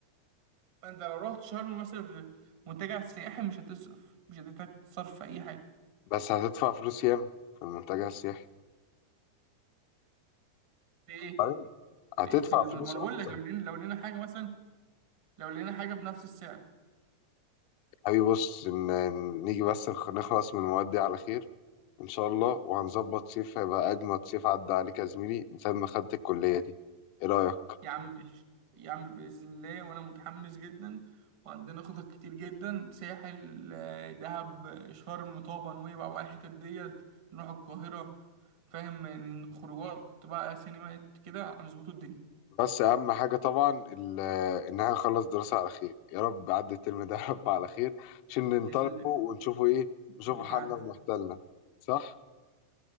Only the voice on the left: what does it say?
بس هتدفع فلوس ياما في المنتجع السياحي
طيب، هتدفع
فلوس
اكتر
يا حبيبي بص ن- نيجي بس نخ- نخلص من المواد دي على خير ان شاء الله وهنظبط صيف هيبقى اجمد صيف عدى عليك يا زميلي من ساعة ما خدت الكلية دي ايه رأيك
بس اهم حاجه طبعا ال- ان احنا نخلص دراسه على خير يا رب عدي الترم ده <laughs> يا رب على خير عشان ننطلقوا
ونشوفوا ايه
نشوفوا
حالنا
ومحتلنا صح